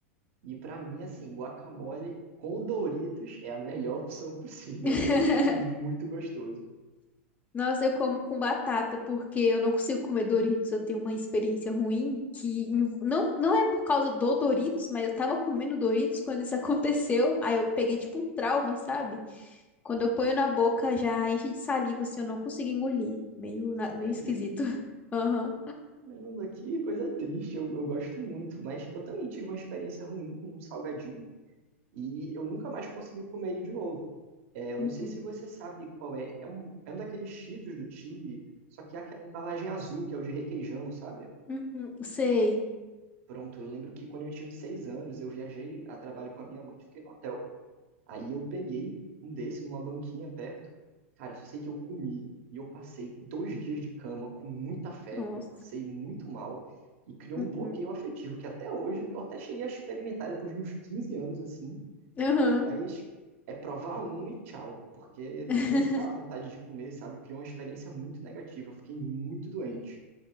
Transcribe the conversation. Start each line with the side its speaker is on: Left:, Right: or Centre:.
Right: E pra mim, assim, guacamole com Doritos é a melhor opção possível.
Left: <laughs>
Right: Eu acho muito gostoso.
Left: Nossa, eu como com batata, porque eu não consigo comer Doritos. Eu tenho uma experiência ruim que env- não, não é por causa do Doritos, mas eu tava comendo Doritos quando isso <laughs> aconteceu. Aí eu peguei tipo um trauma, sabe? Quando eu ponho na boca, já enche de saliva, assim, eu não consigo engolir. Meio, na- meio
Right: Sério,
Left: esquisito. <laughs> Aham.
Right: Caramba, que coisa triste, eu, eu gosto muito, mas eu também tive uma experiência ruim com um salgadinho e eu nunca mais consegui comer ele de novo. É, eu
Left: Uhum.
Right: não sei se você sabe qual é, é um, é um daqueles Cheetos do Tigre, só que é aquela embalagem azul, que é o de requeijão, sabe?
Left: Uhum. Sei.
Right: Pronto, eu lembro que quando eu tinha uns seis anos, eu viajei a trabalho com a minha mãe, fiquei no hotel. Aí eu peguei um desse numa banquinha perto. Cara, eu só sei que eu comi e eu passei dois dias de cama com muita febre,
Left: Nossa.
Right: passei muito mal e criou
Left: Uhum.
Right: um bloqueio afetivo que até hoje eu até cheguei a experimentar depois de uns 15 anos assim,
Left: Aham.
Right: mas é provar um e tchau, porque
Left: <laughs>
Right: não me dá vontade de comer, sabe? Criou uma experiência muito negativa, eu fiquei muito doente.